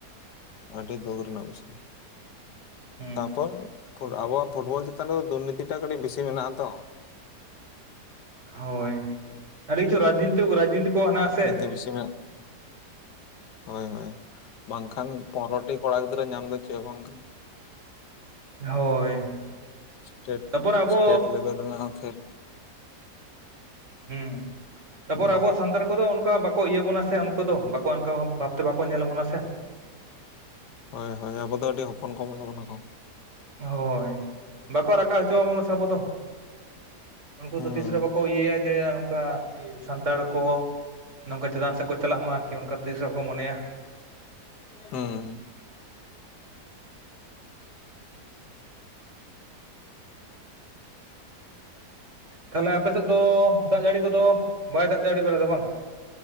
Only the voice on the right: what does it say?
ᱦᱩᱸ
ᱦᱳᱭ ᱟᱹᱰᱤ ᱠᱤᱪᱷᱩ ᱨᱟᱡᱽᱱᱤᱛᱤ ᱨᱟᱡᱽᱱᱤᱛᱤ ᱠᱚ ᱦᱮᱱᱟᱜᱼᱟ ᱥᱮ
ᱦᱳᱭ
ᱛᱟᱯᱚᱨ
ᱟᱵᱚ
ᱦᱩᱸ ᱛᱟᱯᱚᱨ
ᱟᱵᱚ ᱥᱟᱱᱛᱟᱲ ᱠᱚᱫᱚ ᱚᱱᱠᱟ ᱵᱟᱠ ᱵᱟᱠᱚ ᱤᱭᱟᱹ ᱵᱚᱱᱟ ᱥᱮ ᱩᱱᱠᱩ ᱫᱚ ᱵᱟᱠᱚ ᱚᱱᱠᱟ ᱵᱷᱟᱵᱽ ᱵᱷᱟᱵᱽᱛᱮ ᱵᱟᱠᱚ ᱧᱮᱞ ᱵᱚᱱᱟ ᱥᱮ
ᱦᱳᱭ ᱵᱟᱠᱚ ᱨᱟᱠᱟᱵ ᱦᱚᱪᱚᱣᱟᱵᱚᱱᱟ ᱥᱮ ᱟᱵᱚ ᱫᱚ ᱩᱱᱠᱩ
ᱫᱚ ᱛᱤᱥ ᱨᱮ ᱵᱟᱠᱚ ᱤᱭᱟᱹᱭᱟ ᱡᱮ ᱚᱱ ᱚᱱᱠᱟ ᱤᱭᱟᱹ ᱥᱟᱱᱛᱟᱲ ᱠᱚ ᱱᱚᱝᱠᱟ ᱪᱮᱛᱟᱱ ᱥᱮᱫ ᱠᱚ ᱪᱟᱞᱟᱜ ᱢᱟ ᱟᱨᱠᱤ ᱚᱱᱠᱟ ᱛᱤᱥ ᱦᱚᱸ ᱵᱟᱠᱚ ᱢᱚᱱᱮᱭᱟ
ᱛᱟᱦᱚᱞᱮ ᱟᱯᱮ ᱥᱮᱫ ᱫᱚ ᱫᱟᱜ ᱡᱟᱹᱲᱤ ᱠᱚᱫᱚ ᱵᱟᱭ ᱫᱟᱜ ᱫᱟᱹᱲᱤ ᱵᱟᱲᱟᱭᱮᱫᱟ ᱵᱟᱝ